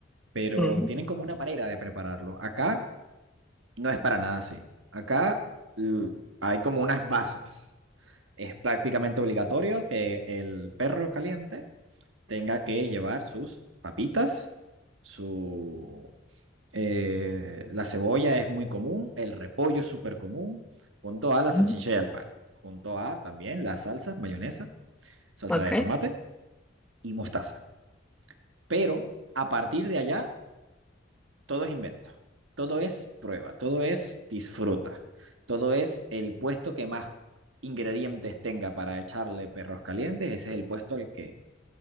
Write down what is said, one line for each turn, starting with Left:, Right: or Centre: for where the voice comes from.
Right: pero
Centre: mm,
Right: tienen como una manera de prepararlo. Acá no es para nada así. Acá l- hay como unas bases es prácticamente obligatorio que el perro caliente tenga que llevar sus papitas, su... eh, la cebolla es muy común, el repollo es súper común, junto a la
Centre: mm,
Right: salchicha y el pan, junto a también las salsas, mayonesa, salsa
Centre: ok.
Right: de tomate y mostaza. Pero a partir de allá, todo es invento, todo es prueba, todo es disfruta, todo es el puesto que más ingredientes tenga para echarle perros calientes, ese es el puesto al que